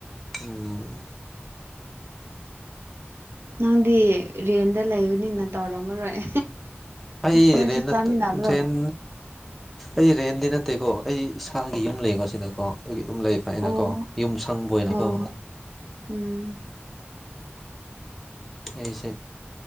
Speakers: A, in the centre; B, on the right.
A: ꯎꯝ
B: ꯅꯪꯗꯤ ꯔꯦꯟꯗ ꯂꯩꯎꯅꯤꯅ ꯇꯧꯔꯝꯃꯔꯣꯏ
A: ꯑꯩ
B: ꯅꯣꯏꯁꯨ
A: ꯔꯦꯟ ꯅꯠꯇꯦ
B: ꯆꯥꯃꯤꯟꯅꯕ꯭ꯔꯣ
A: ꯗꯦꯟ ꯑꯩ ꯔꯦꯟꯗꯤ ꯅꯠꯇꯦꯀꯣ ꯑꯩ ꯏꯁꯥꯒꯤ ꯌꯨꯝ ꯂꯩꯀꯣ ꯁꯤꯗꯀꯣ ꯑꯗꯨꯒꯤ ꯑꯗꯨꯝ ꯂꯩ ꯉ ꯑꯩꯅꯀꯣ
B: ꯑꯣ
A: ꯌꯨꯝ ꯁꯪꯕ ꯑꯣꯏꯅꯀꯣ
B: ꯑꯣ ꯎꯝ
A: ꯑꯩꯁꯦ